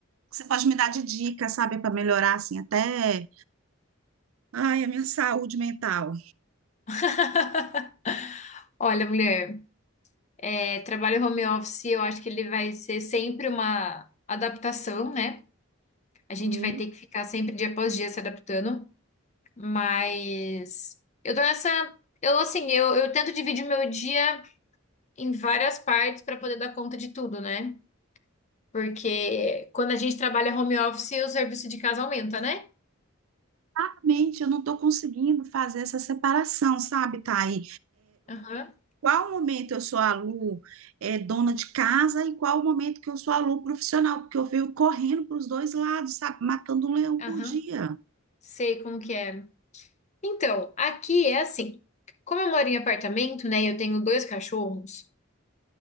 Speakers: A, on the right; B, on the left.
A: Você pode me dar de dicas, sabe, para melhorar assim até, ai, a minha saúde mental.
B: <laughs> Olha, mulher, é, trabalho home office, eu acho que ele vai ser sempre uma adaptação, né? A gente
A: Hum,
B: vai ter que ficar sempre dia após dia se adaptando, mas eu tô nessa. Eu, assim, eu, eu tento dividir meu dia em várias partes para poder dar conta de tudo, né? Porque quando a gente trabalha home office, o serviço de casa aumenta, né?
A: Exatamente, eu não estou conseguindo fazer essa separação, sabe, Thay?
B: Aham,
A: Qual momento eu sou a Lu, é, dona de casa e qual o momento que eu sou a Lu profissional? Porque eu venho correndo para os dois lados, sabe? Matando um leão
B: aham.
A: por dia.
B: Sei como que é. Então, aqui é assim. Como eu moro em apartamento, né, e eu tenho dois cachorros,